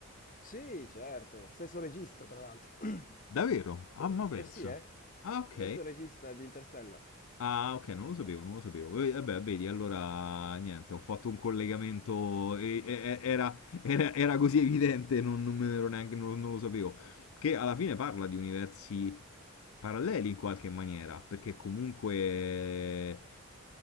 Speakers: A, on the left; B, on the left.
A: Sì, certo, stesso regista tra l'altro. <clears throat>
B: Davvero? Ah, ma pensa.
A: Eh sì, eh,
B: Ah, ok.
A: stesso regista di Interstellar,
B: Ah, ok, non lo sapevo, non lo sapevo. E, vabbè, vedi, allora niente, ho fatto un collegamento, e- e- e- era, era- era così evidente, non, non me ne ero neanche, non, non lo sapevo. Che alla fine parla di universi paralleli in qualche maniera, perché comunque eh,